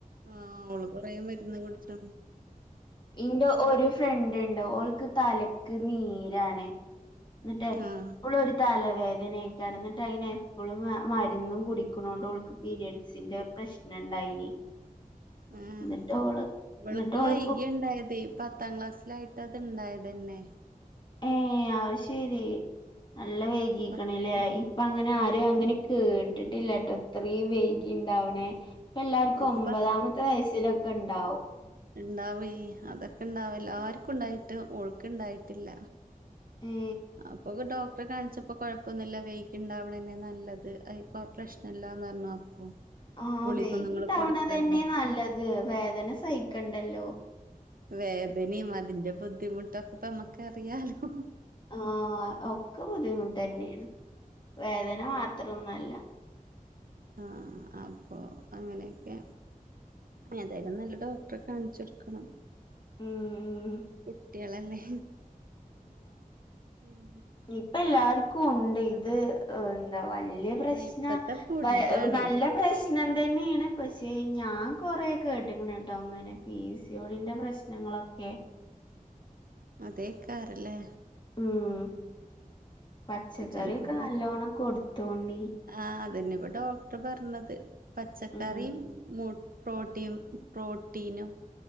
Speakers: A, on the right; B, on the left.
A: ആഹ് ഓള് കൊറേ മര്ന്ന് കുട്ച്ച്
B: ഇന്റ ഒരു ഫ്രണ്ട്ണ്ട് ഓൾക്ക് തലക്ക് നീരാണ്. ന്നിട്ടെ
A: ആഹ്
B: പ്പളൊര് തലവേദനെയ്കാരം ന്നിട്ടയിന് എപ്പളും മ മരുന്നും കുടിക്കുണോണ്ടോൾക്കു പിരിഡ്സിന്റെ പ്രശ്നണ്ടായിനി.
A: ആഹ്
B: ഇന്നട്ട് ഓള്
A: ഇവൾക്ക്
B: ഇന്നട്ട് ഓളിപ്പോ
A: വൈകിയിണ്ടായതെയ് പത്താം ക്ലാസ് ലായിട്ടാത്ണ്ടായതന്നെ
B: ഏഹ് അഹ് ശരി നല്ല വെയ്കിക്ക്ണല്ലേ
A: പത്ത്
B: ഇപ്പ അങ്ങനെ
A: ആഹ്
B: ആരും അങ്ങനെ കേട്ടിട്ടില്ല ട്ടോ ഇത്രീം വെയ്കിണ്ടാവണെ ഇപ്പല്ലാർക്കും
A: ഓൾക്ക്
B: ഒമ്പതാമത്തെ വയസ്സിലൊക്കെ ണ്ടാവും.
A: ണ്ടാവെയ് അതൊക്കെണ്ടാവെല്ലാർക്കുണ്ടായിട്ട് ഓൾക്ക്ണ്ടായിട്ടില്ല.
B: ഏ
A: അപ്പൊക്ക ഡോക് പ്പ കാണിച്ചപ്പോ കൊഴപ്പൊന്നുല്ല വെയ്കിണ്ടാവണംന്നെ നല്ലത് അയി പ്പൊ പ്രശ്നംല്ലാന്നറിഞ്ഞു അപ്പൊ
B: ആഹ്
A: ഗുളികൊന്നും
B: വെയ്കിണ്ടാവണതന്നെ
A: ഇങ്ങള് കൊടുക്കണ്ട
B: നല്ലത് വേദന സഹിക്കണ്ടല്ലോ.
A: വേദനിം അതിന്റെ ബുദ്ധിമുട്ടൊക്കെ പ്പ മ്മക്ക് അറിയാലോ.
B: ആഹ് ഒക്ക ബുദ്ധിമുട്ട്ന്നെണ് വേദന
A: ഉം
B: മാത്രൊന്നല്ല.
A: ആഹ് അപ്പോ അങ്ങനെയൊക്കെ. ഏതായാലും നല്ല ഡോക്ടറെ കാണിച്ചെടുക്കണം.
B: ഉം ഉം
A: കുട്ട്യളല്ലേ പിന്നെ
B: ഇപ്പ എല്ലാർക്കും ഉണ്ട്. ഇത് എന്താ വല്യ പ്രശ്ന
A: ഇപ്പത്തെ ഫുഡാണ്
B: വ നല്ല പ്രശ് <unintelligible> പക്ഷെ ഞാൻ കൊറേ കേട്ട്ക്ക്ണ് ട്ടോ അങ്ങനെ പീ സി യോടിന്റെ പ്രശ്നങ്ങളൊക്കെ
A: അതേക്കാരല്ലേ
B: ഉം പച്ചക്കറിയൊക്കെ
A: ചെലപ്പോ
B: നല്ലോണം കൊടുത്തോണ്ടി.
A: ആഹ് അതന്നെ ഇപ്പോ ഡോക്ടർ പറഞ്ഞത് പച്ചക്കറിം
B: ഉം
A: മു പ്രോട്ടീൻ പ്രോട്ടീനും